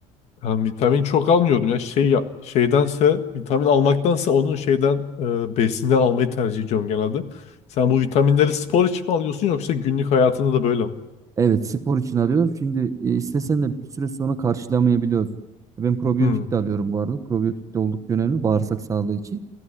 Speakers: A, on the left; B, on the right.
A: Ben vitamin çok almıyorum ya şey ya- şeydense vitamin almaktansa onun şeyden e, besinden almayı tercih ediyorum genelde. Sen bu vitaminleri spor için mi alıyorsun yoksa günlük hayatında da böyle mi?
B: Evet, spor için alıyorum. Şimdi e, istesen de bir süre sonra karşılamayabiliyoruz. Ben probiyotik
A: Hı
B: de alıyorum bu arada. Probiyotik de oldukça önemli bağırsak sağlığı için.